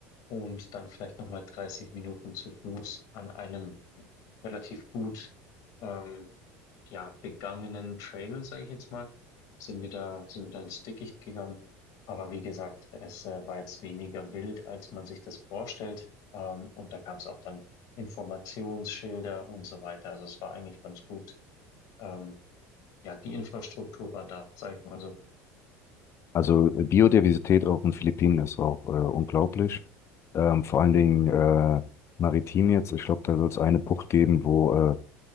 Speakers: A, on the left; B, on the left.
A: und dann vielleicht nochmal 30 Minuten zu Fuß an einem relativ gut ähm, ja, begangenen Trail, sage ich jetzt mal, sind wir da, sind wir da ins Dickicht gegangen. Aber wie gesagt, es äh, war jetzt weniger wild, als man sich das vorstellt. Ähm, und da gab es auch dann Informationsschilder und so weiter. Also es war eigentlich ganz gut. Ähm, ja, die Infrastruktur war da, sage ich mal so.
B: Also äh, Biodiversität auf den Philippinen ist auch äh, unglaublich. Ähm, vor allen Dingen äh, maritim jetzt. Ich glaube, da soll es eine Bucht geben, wo äh,